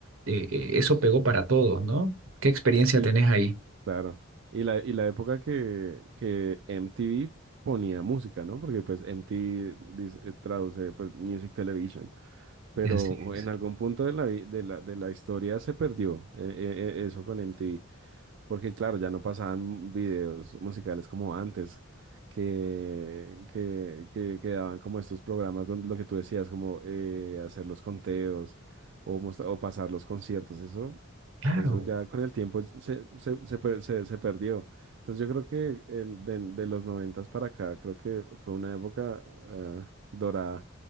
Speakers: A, on the right; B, on the right.
A: eh, eso pegó para todos, ¿no? ¿Qué experiencia
B: Y
A: tenés ahí?
B: claro. Y la, y la época que, que MTV ponía música, ¿no? Porque pues MTV dice- eh, traduce pues Music Television. Pero
A: Así es.
B: en algún punto de la, vi- de la, de la historia se perdió eh, eh, eh, eso con MTV. Porque claro, ya no pasaban videos musicales como antes, que, que, que, que daban como estos programas donde lo que tú decías, como eh, hacer los conteos o, mostra- o pasar los conciertos, eso,
A: Claro,
B: eso ya con el tiempo se, se, se, per- se- se perdió. Entonces yo creo que en- de, de los noventas para acá, creo que fue una época eh, dorada